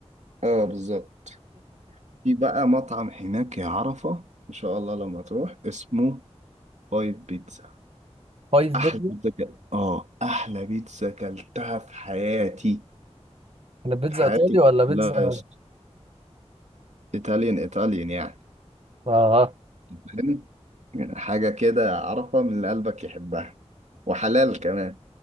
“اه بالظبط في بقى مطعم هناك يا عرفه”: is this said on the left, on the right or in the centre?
Right